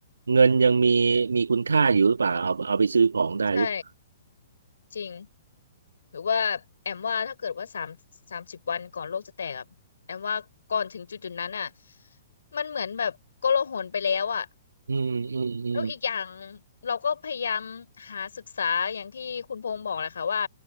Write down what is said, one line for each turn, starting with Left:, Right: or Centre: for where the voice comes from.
Right: เงินยังมีมีคุณค่าอยู่หรือเปล่าเอาเอาไปซื้อของได้หรือเปล่า
Left: ใช่จริงหรือว่าแอมว่าถ้าเกิดว่าสามสามสิบวันก่อนโลกจะแตกอะแอมว่าก่อนถึงจุดจุดนั้นอะมันเหมือนแบบโกลาหลไปแล้วอะ
Right: อืมอืมอืม
Left: แล้วอีกอย่างเราก็พยายามหาศึกษาอย่างที่คุณพงษ์บอกแหละค่ะว่า